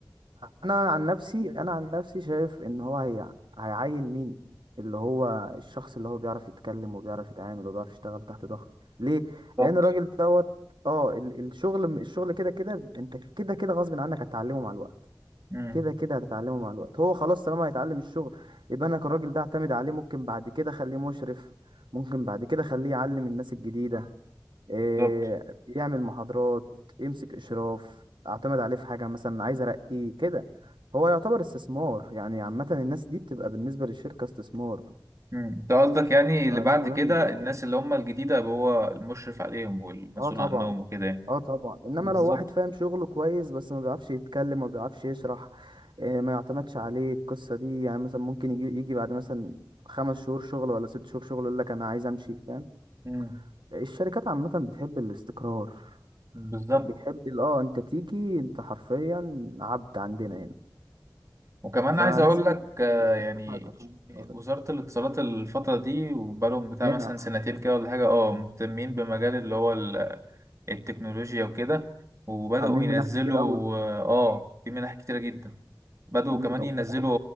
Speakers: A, on the right (about 75°); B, on the right (about 40°).
A: انا عن نفسي انا عن نفسي شايف ان هو هي هيعين مين اللي هو الشخص اللي هو بيعرف يتكلم وبيعرف يتعامل وبيعرف يشتغل تحت ضغط ليه
B: بالظبط
A: لان الراجل دوت اه ال- الشغل الشغل كده كده انت كده كده غصب عنك هتتعلمه مع الوقت
B: امم
A: كده كده هتتعلمه مع الوقت هو خلاص طالما هيتعلم الشغل يبقى انا الراجل ده اعتمد عليه ممكن بعد كده اخليه مشرف ممكن بعد كده اخليه يعلم الناس الجديدة إيه
B: بالظبط
A: يعمل محاضرات يمسك إشراف أعتمد عليه في حاجة مثلا عايز أرقيه كده هو يعتبر استثمار يعني عامة الناس دي بتبقى بالنسبة للشركة استثمار
B: انت قصدك يعني
A: فدي
B: اللي بعد
A: مهمة
B: كده
A: جدا
B: الناس اللي هم الجديده يبقى هو المشرف عليهم والمسؤول
A: اه طبعا
B: عنهم وكده يعني
A: اه طبعا انما
B: بالظبط
A: لو واحد فاهم شغله كويس بس ما بيعرفش يتكلم ما بيعرفش يشرح آه، ما يعتمدش عليه القصة دي يعني مثلا ممكن يجي يجي بعد مثلا خمس شهور شغل ولا ست شهور شغل يقول لك انا عايز امشي فاهم
B: مم.
A: الشركات عامة بتحب الاستقرار
B: بالظبط
A: بيحب ال- اه انت تيجي انت حرفيا عبد عندنا هنا
B: وكمان
A: فلازم
B: عايز اقول لك آه،
A: تثبت
B: يعني
A: كفاءتك يعني
B: وزارة
A: فاهم؟
B: الاتصالات الفترة دي وبقالهم بتاع
A: منح
B: مثلا سنتين كده ولا حاجة اه مهتمين بمجال اللي هو ال- التكنولوجيا وكده وبدأوا
A: عاملين
B: ينزلوا
A: منح كتير قوي
B: اه آه، في منح كتيرة جدا بدأوا
A: مم،
B: كمان
A: او
B: ينزلوا
A: فتحوا